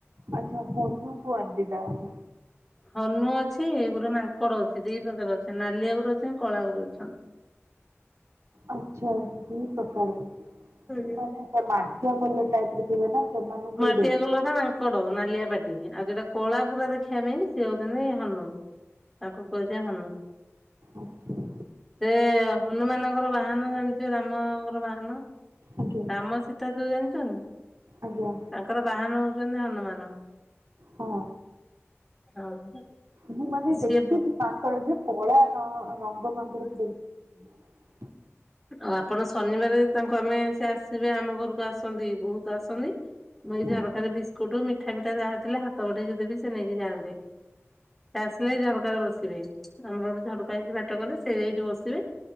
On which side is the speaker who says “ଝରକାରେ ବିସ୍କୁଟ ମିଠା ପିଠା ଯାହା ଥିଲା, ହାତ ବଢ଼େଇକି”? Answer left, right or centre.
Centre